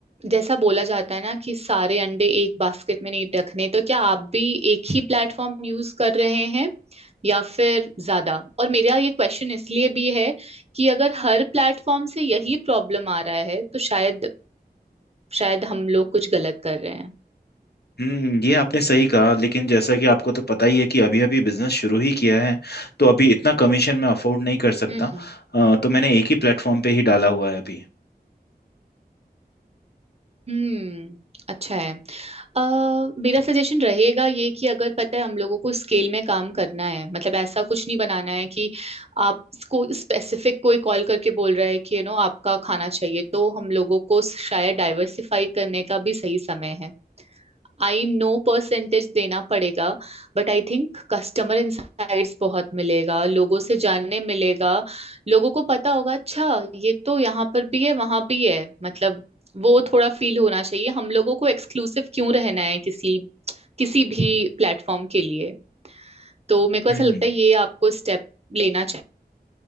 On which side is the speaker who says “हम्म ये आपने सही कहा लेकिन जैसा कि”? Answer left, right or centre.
Left